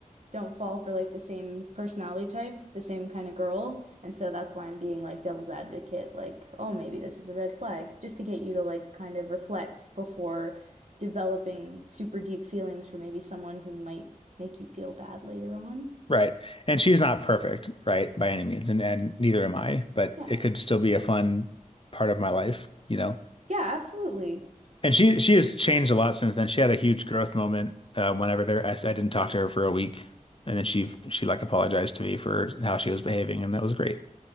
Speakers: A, on the right; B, on the left.
A: don't fall for like the same personality type, the same kind of girl. And so that's why I'm being like devil's advocate, like, oh, maybe this is a red flag, just to get you to like kind of reflect before developing super deep feelings for maybe someone who might make you feel bad later on.
B: Right. And she's not perfect, right, by any means, and and neither am I, but
A: Yeah.
B: it could still be a fun part of my life, you know.
A: Yeah, absolutely.
B: And she she has changed a lot since then. She had a huge growth moment uh, whenever there I, I didn't talk to her for a week, and then she she like apologized to me for how she was behaving, and that was great.